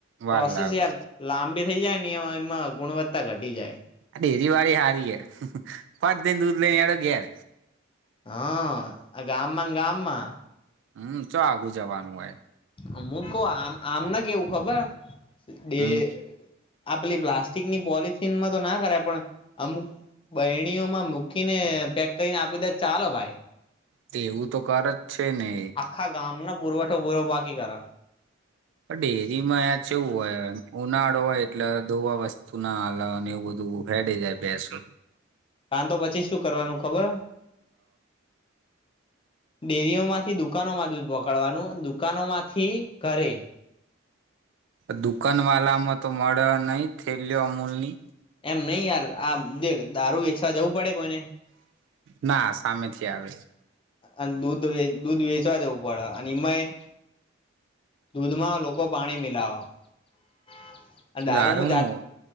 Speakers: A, on the right; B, on the left.
A: વાર
B: પ્રોસેસ
A: લાગે
B: યાર લાંબી થઇ જાય ને એમાં ગુણવત્તા ઘટી જાય.
A: ડેરી વાળી હારી એ પટ દઈને દૂધ લઈને હાલો ઘેર.
B: હમ આ ગામમાં ને ગામમાં.
A: હમ ચો આગું જવાનું હો
B: હું શું કવ આમને કેવું ખબર બે
A: હમ
B: આ પેલી પ્લાસ્ટિકની પોલિથનમાં તો ના કરાય પણ અમુક બયણીઓમાં મૂકીને પેક કરીને આપી દે તો ચાલે ભાઈ.
A: તે એવું તો કરે જ છે ને,
B: આખા ગામ ના પુરવઠો બુરવ બાકી કર.
A: ડેરી માં કેવું હોય ઉનાળો હોય એટલે દોવા વસ્તુ ના અલા ને એવું બધું હેડી જાય બેસો
B: કાન તો પછી શું કરવાનું ખબર ડેરીઓ માંથી દુકાનો માં દૂધ પોકાડવાનું અને દુકાનોમાંથી ઘરે
A: દુકાન વાળામાં તો મળે નહી થેલીઓ અમૂલની.
B: એમ નહી યાર આ દેખ દારૂ વેચવા જવું પડે કોઈને
A: ના સામે થી આવે- -
B: અને દૂધ વેચવા જવું પડે અને એમાંય- - દૂધમાં લોકો પાણી મિલાવા- - દારૂમાં
A: દારૂ
B: જાતે